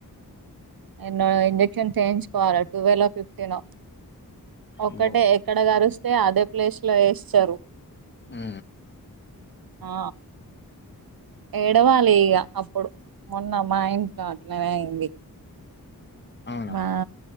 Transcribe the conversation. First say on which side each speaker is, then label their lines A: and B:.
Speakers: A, on the right (about 75°); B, on the left (about 30°).
A: నన్న ఇంజెక్షన్ చేయించుకోవాలి టువెల్వ్ ఫిఫ్టీన్ ఒక్కటే
B: అబ్బో!
A: ఎక్కడ గరిస్తే అదే ప్లేస్లో వేస్తారు
B: ఆ
A: ఆ ఎడవాలిక అప్పుడు ఉన్నామ్మా ఇంట్లో అట్లనే అయింది
B: అవునా!
A: మా